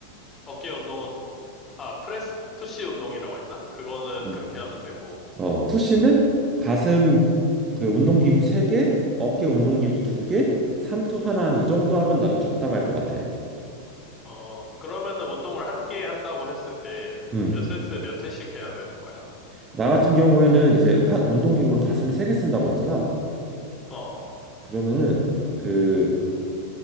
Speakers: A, on the left; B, on the right.
A: 어깨 운동은, 아, 프레스, 푸시 운동이라고 했나? 그거는
B: 음.
A: 그렇게 하면 되고,
B: 어, 푸시는 가슴 그 운동기구 세개 어깨 운동기구 두개 삼두 하나 한 이 정도 하면 나는 적당할 것 같아.
A: 어, 그러면은 운동을 한 개 한다고 했을 때
B: 음.
A: 몇 세트 몇 회씩 해야 되는 거야?
B: 나 같은 경우에는 이제 한 운동기구를 가슴에 세 개 쓴다고 했잖아.
A: 어,
B: 그러면은 그